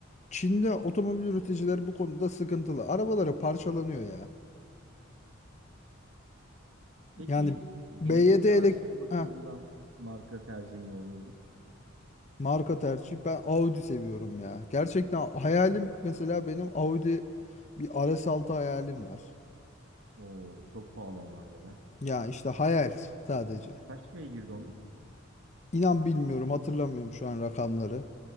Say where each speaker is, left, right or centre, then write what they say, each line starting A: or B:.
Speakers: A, on the left (about 35°); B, on the right (about 65°).
A: Çin'de otomobil üreticileri bu konuda sıkıntılı. Arabaları parçalanıyor ya.
B: Peki
A: Yani
B: benzinli
A: BYD
B: araçlar
A: elek
B: bakımından
A: Heh,
B: marka tercihin ne olurdu?
A: marka tercih ben Audi seviyorum ya. Gerçekten hayalim
B: Ne?
A: mesela benim Audi bir rs altı hayalim var.
B: Oo çok pahalı onlar da ya.
A: Ya işte hayal sadece.
B: Kaç beygirdi onlar?
A: İnan bilmiyorum, hatırlamıyorum şu an rakamları.